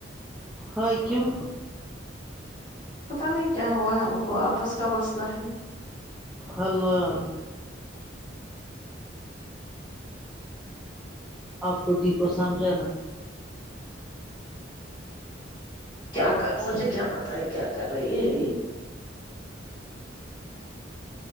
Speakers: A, in the centre; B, on the left.
A: ہاں کیوں
B: پتا نہیں کیا ہوا ہے ان کو آپس کا مسئلہ ہے
A: ہلہ آپ کو دی کو سمجھانا
B: کیا کر مجھے کیا پتا ہے کیا کر رہی ہے